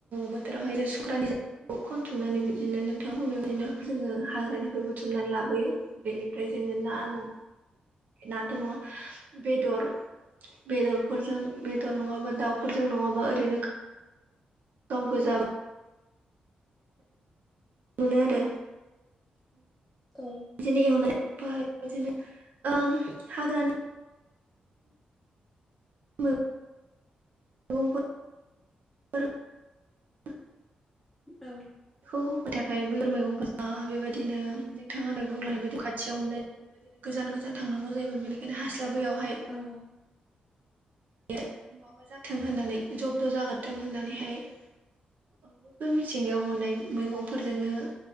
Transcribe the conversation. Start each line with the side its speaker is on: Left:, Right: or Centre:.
Right: बोथोरावहाय सुक्रानि जायो खनथुमनानै बिदिनो नोंथां होननाय बायदिनो जोङो हाग्रानिफ्राय बुथुमनानै लाबोयो बेनि ओमफ्राय जोङो ना न नाथ' नङा बेदर बेदरफोरजों, बेदर नङाबा दाउफोरजों नङाबा ओरैनो गाव गोजा मोनो आरो
Centre: औ
Right: बिदिनो एवनाय ओमफ्राय बिदिनो ओ हाग्रानि औ <unintelligible>
Centre: औ
Right: खौ हो थाखाय बै मैगं फोरा बेबायदिनो नोंथाङा दहाय बुंलांनायबायदि खाथियाव मोनो। गोजान गोजान थांनांगौ जायोन बेनिखायनो हास्लाबैयावहाय
Centre: औ
Right: बे नङाबा जाथों होननानै जबद जाग्रथों होननानैहाय। बैफोर मिथिंगायाव मोननाय मैगंफोरजोंनो